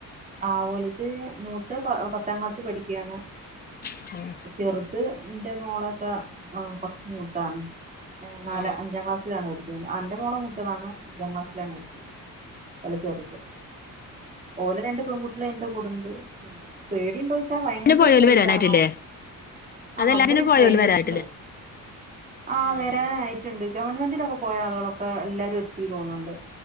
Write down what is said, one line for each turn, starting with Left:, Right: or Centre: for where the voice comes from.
Right: ആവളുടേത് മൂത്തത് പത്താം ക്ലാസ് പഠിക്കുകയാണ്
Left: അപ്പോൾ <unintelligible>
Right: ചെറുത്ത് എന്റെ മോളൊക്കെ ആ കൊറച്ച് മുത്തതാണ് ഏ നാല്
Left: ഏഹ്
Right: അഞ്ചാം ക്ലാസ്സിലാണ് പടിക്കുന്നെ അന്റെ മോള മുത്തതാണ് അഞ്ചാം ക്ലാസ്സിലാണ് പറ്റുന്നത് വല <unintelligible> ചെറുക്ക് ഓലെ രണ്ട് പെൺകുട്ടികള് എന്റെ കൂടെയുണ്ട് പിന്നെ പേടി - വെച്ചാ ഭയങ്കര
Left: പോയോല്
Right: പേടിന്റെ
Left: വരാനായിട്ടില്ലേ
Right: ആളാണ് ആ
Left: അതെല്ലാത്തിനും
Right: അബല്
Left: പോയോല്
Right: പ്രൈവറ്റിലെ
Left: വരാനായിട്ടില്ലേ
Right: - ആ
Left: ഏഹ്
Right: വരാനായിട്ടുണ്ട് ഗവൺമെന്റിലൊക്കെ പോയ ആളുകളൊക്കെ എല്ലാരും എത്തി തോന്നുന്നുണ്ട്